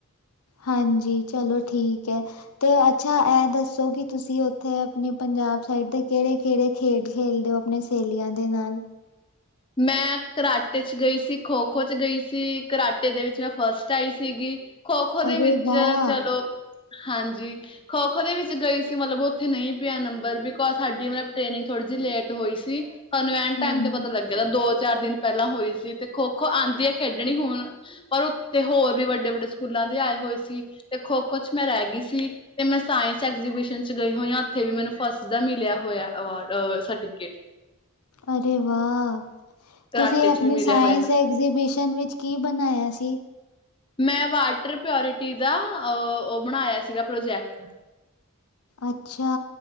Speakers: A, on the left; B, on the left.
A: ਹਾਂਜੀ ਚਲੋ ਠੀਕ ਐ। ਤੇ ਅੱਛਾ, ਐਹ ਦੱਸੋ ਕਿ ਤੁਸੀਂ ਉੱਥੇ ਆਪਣੇ ਪੰਜਾਬ ਸਾਈਡ ਦੇ ਕਿਹੜੇ ਕਿਹੜੇ ਖੇਲ ਖੇਡਦੇ ਹੋ, ਆਪਣੇ ਸਹੇਲੀਆਂ ਦੇ ਨਾਲ?
B: ਮੈਂ ਕਰਾਟੇ 'ਚ ਗਈ ਸੀ, ਖੋ-ਖੋ 'ਚ ਗਈ ਸੀ, ਕਰਾਟੇ ਦੇ ਵਿੱਚ ਮੈਂ ਫਸਟ ਆਈ ਸੀਗੀ। ਖੋ-ਖੋ ਦੇ
A: ਅਰੇ
B: ਵਿੱਚ,
A: ਵਾਹ
B: ਚਲੋ, ਹਾਂਜੀ ਖੋ- ਖੋ ਦੇ ਵਿੱਚ ਗਈ ਸੀ ਮਤਲਬ ਉਥੇ ਨਹੀਂ ਪਿਆ ਨੰਬਰ, ਬਿਕੋਜ ਸਾਡੀ ਮਤਲਬ ਟ੍ਰੇਨਿੰਗ ਥੋੜੀ ਜਿਹੀ ਲੇਟ ਹੋਈ ਸੀ। ਸਾਨੂੰ ਐਂਨ
A: ਹਾਂਜੀ
B: ਟਾਈਮ ਤੇ ਪਤਾ ਲੱਗਿਆ ਦੋ- ਚਾਰ ਦਿਨ ਪਹਿਲਾਂ ਹੋਈ ਸੀ ਤੇ ਖੋ- ਖੋ ਆਂਦੀ ਹੈ ਖੇਡਣੀ ਹੁਣ। ਪਰ ਉੱਥੇ ਹੋਰ ਵੀ ਵੱਡੇ- ਵੱਡੇ ਸਕੂਲਾਂ ਦੇ ਆਏ ਹੋਏ ਸੀ, ਤੇ ਖੋ- ਖੋ ਵਿੱਚ ਮੈਂ ਰਹਿ ਗਈ ਸੀ। ਤੇ ਮੈਂ ਸਾਇੰਸ ਐਗਜੀਬਿਸ਼ਨ 'ਚ ਗਈ ਹੋਈ ਹਾਂ ਉੱਥੇ ਵੀ ਮੈਨੂੰ ਫਸਟ ਦਾ ਮਿਲਿਆ ਹੋਇਆ ਆਵਾਰਡ ਸਰਟੀਫਿਕੇਟ।
A: ਅਰੇ ਵਾਹ।
B: ਕਰਾਟੇ
A: ਤੁਸੀਂ
B: ਚ
A: ਆਪਣੇ
B: ਵੀ ਮਿਲਿਆ
A: ਸਾਇੰਸ
B: ਹੋਇਆ।
A: ਐਗਜੀਬਿਸ਼ਨ ਵਿਚ ਕੀ ਬਣਾਇਆ ਸੀ।
B: ਮੈਂ ਵਾਟਰ ਪਿਉਰਿਟੀ ਦਾ ਓ ਉਹ ਬਣਾਇਆ ਸੀਗਾ ਪ੍ਰੋਜੈਕਟ।
A: ਅੱਛਾ